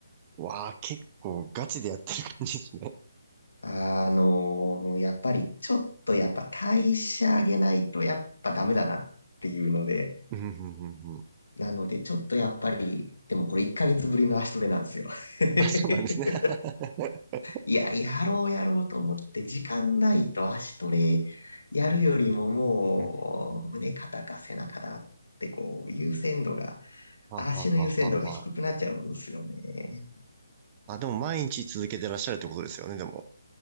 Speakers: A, on the right; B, on the left.
A: わあ、結構ガチでやってる感じですね。
B: あの、やっぱりちょっとやっぱ代謝上げないとやっぱダメだなっていうので、
A: うん、うん、うん、うん。
B: なのでちょっとやっぱり、でもこれ1ヶ月ぶりの足トレなんですよ。<laughs>
A: あ、そうなんですね。<laughs>
B: いや、やろうやろうと思って時間ないと足トレやるよりももう胸肩か背中だってこう優先度が、
A: うんははははは
B: 足の優先度が低くなっちゃうんですよね。
A: あ、でも毎日続けてらっしゃるってことですよね、でも。